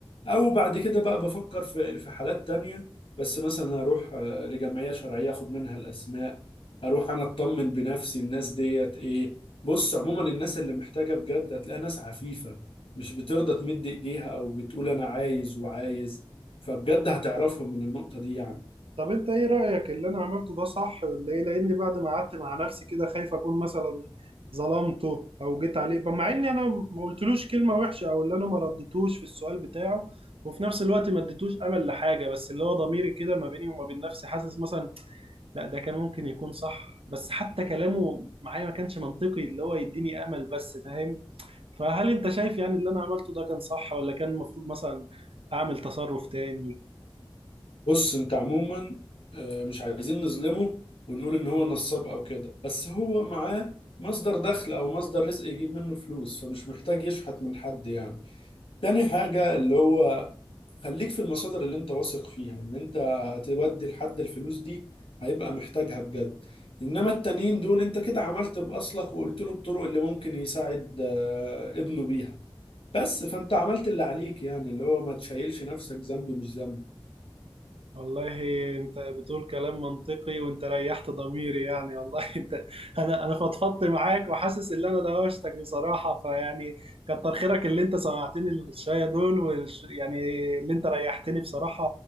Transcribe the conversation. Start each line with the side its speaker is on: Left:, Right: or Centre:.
Left: أو بعد كده بقى بفكر في في حالات تانية بس مثلا هروح آه، لجمعية شرعية أخد منها الأسماء هروح أنا أطمن بنفسي الناس ديت إيه بص عموما الناس اللي محتاجة بجد هتلاقيها ناس عفيفة مش بترضى تمد إيديها أو بتقول أنا عايز وعايز فبجد هتعرفهم من النقطة دي يعني
Right: طب انت ايه رأيك اللي انا عملته ده صح ولا ايه لاني بعد ما قعدت مع نفسي كده خايف اكون مثلا ظلمته او جيت عليه مع اني انا ما قلتلوش كلمة وحشة او اللي انا ما ردتوش في السؤال بتاعه وفي نفس الوقت ما اديتوش امل لحاجة بس اللي هو ضميري كده ما بيني وما بين نفسي حاسس مثلا لا ده كان ممكن يكون صح بس حتى كلامه معايا ما كانش منطقي اللي هو يديني امل بس فاهم فهل انت شايف يعني اللي انا عملته ده كان صح ولا كان المفروض مثلا اعمل تصرف تاني
Left: بص انت عموما آه، مش عايزين نظلمه ونقول ان هو نصاب او كده بس هو معاه مصدر دخل او مصدر رزق يجيب منه فلوس فمش محتاج يشحت من حد يعني تاني حاجة اللي هو خليك في المصادر اللي انت واثق فيها ان انت هتودي لحد الفلوس دي هيبقى محتاجها بجد انما التانيين دول انت كده عملت باصلك وقلت له الطرق اللي ممكن يساعد آه، ابنه بيها بس فانت عملت اللي عليك يعني اللي هو ما تشيلش نفسك ذنب مش ذنب
Right: والله انت بتقول كلام منطقي وانت ريحت ضميري يعني والله <laughs> انت انا انا فضفضت معاك وحاسس ان انا دوشتك بصراحه فيعني كتر خيرك اللي انت سمعتني الشويه دول والش... يعني اللي انت ريحتني بصراحه